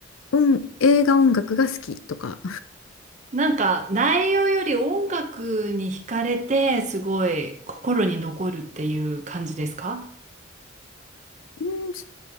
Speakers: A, on the left; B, on the right.
A: 音、映画音楽が好きとか。
B: なんか内容より音楽に惹かれてすごい心に残るっていう感じですか
A: うん、そ